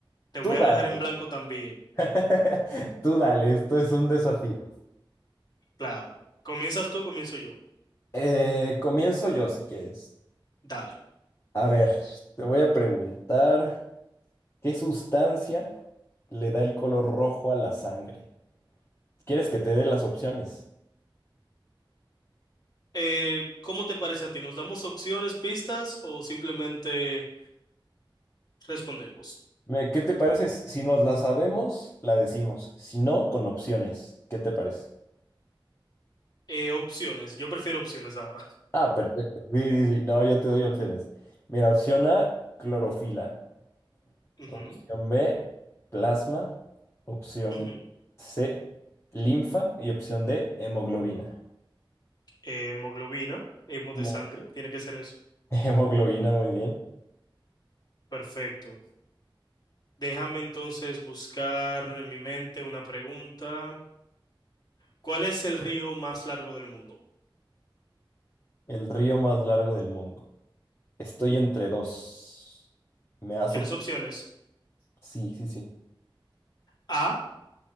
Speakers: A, on the left (about 50°); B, on the left (about 30°).
A: Te
B: Tú
A: voy a
B: dale.
A: dejar en blanco también.
B: <laughs> Tú dale, esto es un desafío.
A: Claro. ¿Comienzas tú, comienzo yo?
B: Eh, comienzo yo si quieres.
A: Dale.
B: A ver, te voy a preguntar, ¿qué sustancia le da el color rojo a la sangre? ¿Quieres que te dé las opciones?
A: Eh, ¿cómo te parece a ti? ¿Nos damos opciones, pistas o simplemente respondemos?
B: Me- ¿Qué te parece? Si nos la sabemos, la decimos. Si no, con opciones. ¿Qué te parece?
A: Eh, opciones. Yo prefiero opciones ahora.
B: Ah, perfecto. Sí, sí, sí. No, yo te doy opciones. Mira, opción A, clorofila.
A: <laughs> Ujú,
B: Opción B, plasma. Opción
A: ujú.
B: C, linfa. Y opción D, hemoglobina.
A: Eh, hemoglobina, hemo de
B: Mo-
A: sangre, tiene que ser eso.
B: <laughs> Hemoglobina, muy bien.
A: Perfecto. Déjame entonces buscar en mi mente una pregunta. ¿Cuál es el río más largo del mundo?
B: El río más largo del mundo. Estoy entre dos. ¿Me das
A: ¿Quieres
B: opción?
A: opciones?
B: Sí, sí, sí.
A: A.